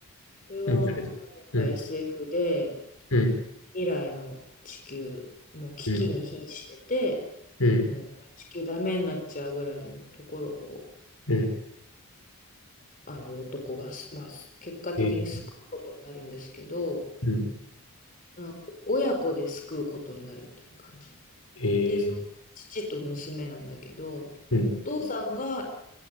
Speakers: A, on the left; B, on the left.
A: これは、
B: ん。うん、それです。
A: あのやっぱ
B: うん、
A: SF で、
B: うん、
A: 未来の地球、もう危機に瀕してて、
B: うん、うん、
A: もう地球ダメになっちゃうぐらいのところを、
B: うん。
A: ある男がす、まあ、結果的に救うことになるんですけど、
B: えー、うん、
A: まあ親子で救うことになるっていう感じ。
B: えー、
A: で、その父と娘なんだけど、
B: うん、
A: お父さんが